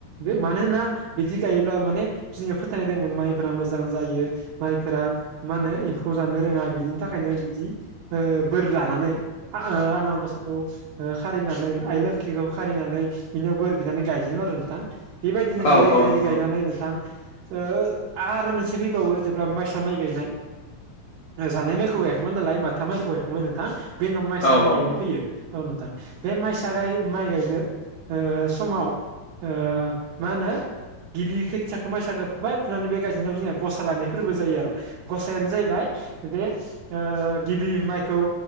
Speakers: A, on the right (about 75°); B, on the left (about 80°).
A: बे मानोना बिदि गायोब्ला माने जोंया फोथायनाय दंमोन माइफोरा मोजां जायो। माइफोरा मा होनो एम्फौ जानो रोङा बिदिनि थाखायनो बिदि ओ बोर लानानै आ आनान गसायखौ ओ खारिनानै आइ लोखिखौ खारिनानै बिनियाव बोर बिनानै गायजोेनदोंमोन आरो नोंथां। बेबायदिनो
B: औ
A: गायै
B: औ
A: गायै
B: नोंथां
A: गायनानै नोंथां ओ हो आरो मोनसे फैबावो जेब्ला माइसा माइ गायनाय जानाय माइखौ गायखांमोन नालाय माथा माइखौ गायखांबाय नोंथां बे उनाव
B: औ
A: माइसा
B: औ
A: माइ
B: औ
A: गायनाय
B: नोंथां
A: फैयो। औ नोंथां बे माइसा गाय माइ गायनो समाव ओ मा होनो गिबि खोथियाखौ माइसााख फुबाय फुनानै बे गायजेननायाव जोंहा गसा लानायफोरबो जायो आरो। गसायानो जाहैबाय बे गिबि माइखौ